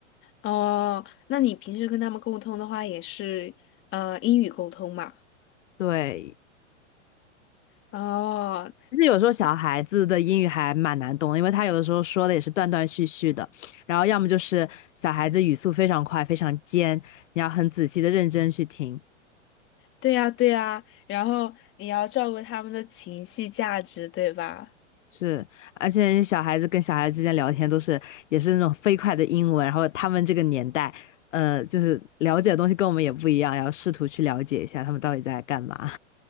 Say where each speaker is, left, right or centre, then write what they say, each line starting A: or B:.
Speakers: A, on the left; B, on the left.
A: 哦，那你平时跟他们沟通的话，也是呃英语沟通嘛？
B: 对，
A: 哦，
B: 其实有时候小孩子的英语还蛮难懂的，因为他有的时候说的也是断断续续的，然后要么就是小孩子语速非常快，非常尖，你要很仔细的认真去听；
A: 对呀，对呀，然后你要照顾他们的情绪价值，对吧？
B: 是，而且小孩子跟小孩子之间聊天都是也是那种飞快的英文，然后他们这个年代，呃，就是了解的东西跟我们也不一样，要试图去了解一下他们到底在干嘛。